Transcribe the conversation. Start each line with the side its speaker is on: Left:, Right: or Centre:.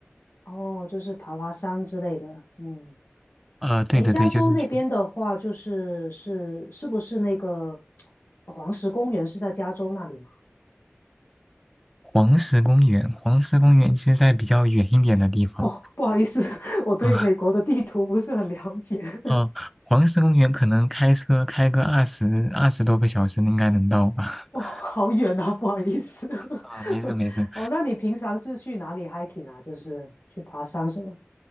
Left: 哦，就是爬爬山之类的。嗯，
Centre: 呃，对对对，
Left: 诶，加州那边的话，
Centre: 就是去
Left: 就是是是不是那个黄石公园是在加州那里吗？
Centre: 黄石公园。黄石公园其实在比较远一点的地方
Left: 哦，不好意思，<laughs> 我对美国的地图不是很了解。
Centre: 啊。呃，黄石公园可能开车开个二十二十多个小时应该能到吧。
Left: 哦，
Centre: <laughs>
Left: <laughs> 好远啊，<laughs> 不好意思。
Centre: 啊，没事没事。
Left: <laughs> 哦，那你平常是去哪里 hiking 啊？就是去爬山什么？